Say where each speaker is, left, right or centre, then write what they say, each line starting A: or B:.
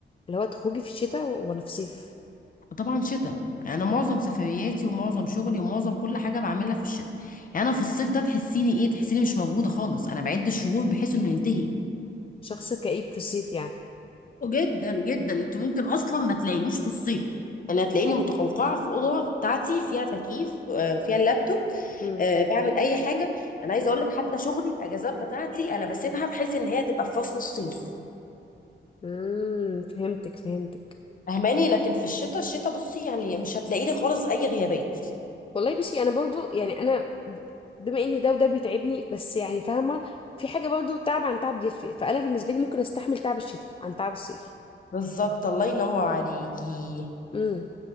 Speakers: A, on the left (about 30°); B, on the left (about 45°).
A: اللي هو تخرجي في الشتاء ولا في الصيف
B: وطبعا شتاء انا معظم سفرياتي ومعظم شغلي ومعظم كل حاجه بعملها في الشتاء يعني انا في الصيف ده تحسيني ايه تحسيني مش موجوده خالص انا بعد الشهور بحيث انه ينتهي
A: شخص كئيب في الصيف يعني
B: جدا جدا انت ممكن اصلا ما تلاقينيش في الصيف انا هتلاقيني متقوقعه في الاوضه بتاعتي فيها تكييف آه، وفيها اللابتوب
A: امم
B: آه، بعمل اي حاجه انا عايزه اقول لك حتى شغلي الاجازات بتاعتي انا بسيبها بحيث ان هي تبقى في فصل الصيف
A: امم فهمتك فهمتك
B: فاهماني لكن في الشتاء الشتاء بصي يعني مش هتلاقي لي خالص اي غيابات
A: والله بصي انا برضه يعني انا ب- بما ان ده وده بيتعبني بس يعني فاهمه في حاجه برضه تعب عن تعب يفرق فانا بالنسبه لي ممكن استحمل تعب الشتاء عن تعب الصيف
B: بالظبط الله ينور عليكي
A: امم